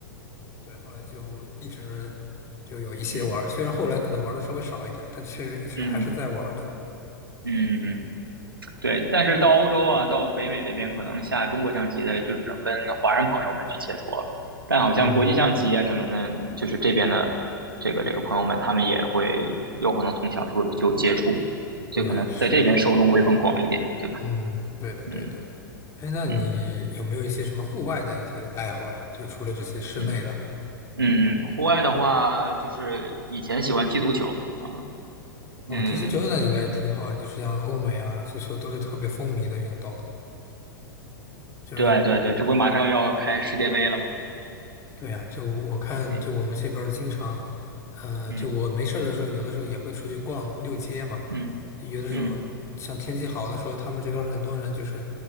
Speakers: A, on the left; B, on the right.
A: 对，后来就一直就有一些玩儿虽然后来可能玩的稍微少一点，
B: 嗯
A: 但确实一直还是在玩儿的。
B: 嗯嗯。嗯对，但是到欧洲啊，到北美这边，可能下中国象棋的就只能跟华人朋友们去切磋了。但好像国际象棋啊什么的，
A: 嗯，
B: 就是这边的这个这个朋友们，他们也会有可能从小就就接触，所以可能在这边受众会更广一点，
A: 对，是的，
B: 对吧？
A: 嗯，对的，
B: 嗯
A: 对的。哎，那你有没有一些什么户外的一些爱好呀？
B: 嗯
A: 就除了这些室内的，
B: 嗯嗯，户外的话，就是以前喜欢踢足球啊，
A: 哦，
B: 嗯，
A: 踢足球那应该挺好啊，就是像欧美啊，足球都是特别风靡的运动，就是
B: 对对对，这不马上要开世界杯了吗？
A: 对呀，就我看，
B: 对，
A: 就我们这边儿经常，呃，
B: 嗯
A: 就我没事儿的时候，有的时候也会出去逛溜街嘛。
B: 嗯
A: 有的时候，
B: 嗯
A: 像天气好的时候，他们这边儿很多人就是，